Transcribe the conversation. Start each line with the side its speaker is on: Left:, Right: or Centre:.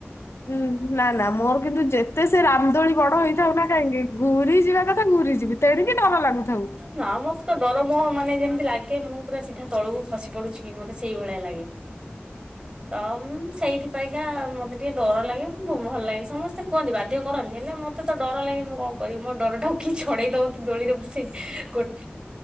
Left: ହୁଁ ନା ନା ମୋର କିନ୍ତୁ ଯେ ଯେତେ ସେ ରାମଦୋଳି ବଡ ହେଇଥାଉ ନା କାହିଁକି ଘୁରି ଯିବା କଥା ଘୁରିଯିବି ତେଣିକି ଡର ଲାଗୁଥାଉ।
Right: ନା ମତେ ତ ଡର ମୋ ମାନେ ଯେମିତି ଲାଗେ ମୁଁ ପୁରା ସିଧା ତଳକୁ ଖସି ପଡୁଛି କି ମତେ ସେଇ ଭଳିଆ ଲାଗେ। ତ ଉଁ ସେଇଥିପାଇଁକା ମତେ ଟିକେ ଡର ଲାଗେ ମୁଁ ଭଲ ଲାଗେନି ସମସ୍ତେ କୁହନ୍ତି ବାଧ୍ୟ କରନ୍ତି ହେଲେ ମୋତେ ତ ଡର ଲାଗେ ମୁଁ କଣ କରିବି ମୋ ଡରଟାକୁ କିଛି ଛଡେଇ ଦବ କି ଦୋଳିରେ ବସେଇକି ଗୋଟେ